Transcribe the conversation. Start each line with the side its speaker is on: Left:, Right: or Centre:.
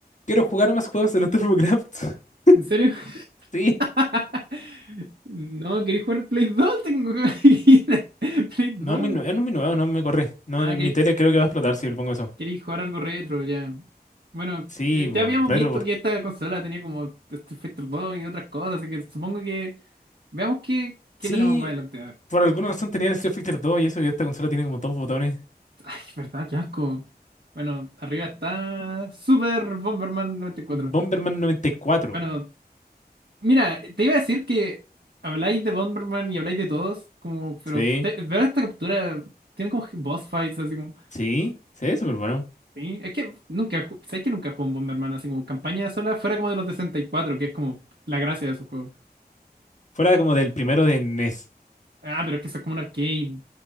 Left: Quiero jugar más juegos de los TurboCraft. <laughs>
Right: ¿En serio?
Left: Sí.
Right: <laughs> No, ¿queréis jugar Play 2? Tengo aquí <laughs> Play 2.
Left: No, es muy nuevo, no, muy nuevo, no me corre. No,
Right: Ah,
Left: en
Right: ¿queréis,
Left: mi tele creo que va a explotar si le pongo eso.
Right: queréis jugar algo retro? Ya. Bueno,
Left: Sí,
Right: eh,
Left: po,
Right: ya habíamos
Left: retro.
Right: visto
Left: por-
Right: que esta consola tenía como Street Fighter 2 y otras cosas, así que supongo que veamos qué, qué
Left: Sí,
Right: tenemos más adelante. A ver.
Left: por alguna razón tenía el Street Fighter 2 y eso, y esta consola tiene como dos botones.
Right: Ay, verdad, qué asco. Bueno, arriba está Super Bomberman noventa y cuatro.
Left: Bomberman noventa y cuatro.
Right: Bueno, Mira, te iba a decir que habláis de Bomberman y habláis de todos, como, pero
Left: Sí,
Right: te- ver esta captura tiene como boss fights, así como.
Left: sí, se ve súper bueno.
Right: Sí, es que nunca, ju- sé que nunca jugué un Bomberman, así como campaña sola, fuera como de los de 64 que es como la gracia de su juego.
Left: Fuera como del primero de NES.
Right: Ah, pero es que eso es como un arcade.